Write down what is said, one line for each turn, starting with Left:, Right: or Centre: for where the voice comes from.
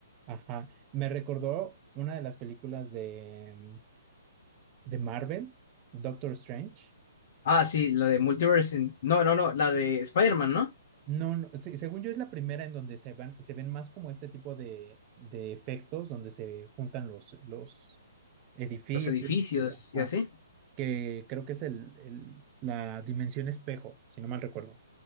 Right: Ajá. Me recordó una de las películas de, mm, de Marvel, Doctor Strange.
Left: Ah, sí, la de Multiverse. in- No, no, no, la de Spider-Man, ¿no?
Right: No, no, se- según yo es la primera en donde se van, se ven más como este tipo de, de efectos, donde se juntan los, los edificios,
Left: Los edificios
Right: y, ajá,
Left: y así.
Right: que creo que es el, el- la dimensión espejo, si no mal recuerdo.